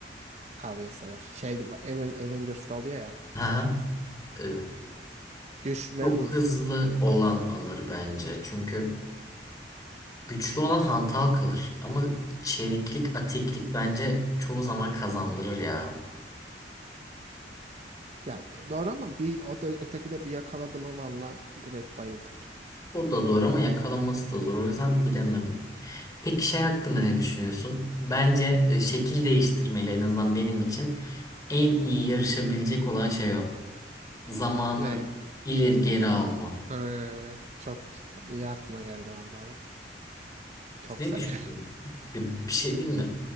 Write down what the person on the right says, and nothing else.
Kavga etseler. Şey, Aven- Avengers'da oluyor ya
o tarz.
Güç ve
hız.
Ya do- doğru ama bir o da öteki de bir yakaladı mı valla direkt bayıltır.
Ne?
Ee, çok iyi aklına geldi valla bu. Çok
severim.
<laughs>